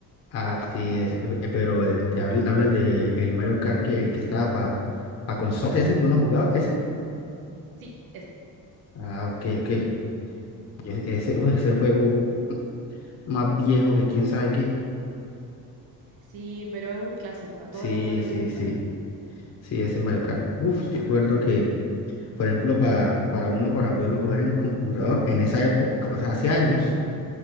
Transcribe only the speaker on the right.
Sí, ese.
Sí, pero es un clásico, a
todo el mundo le
gusta.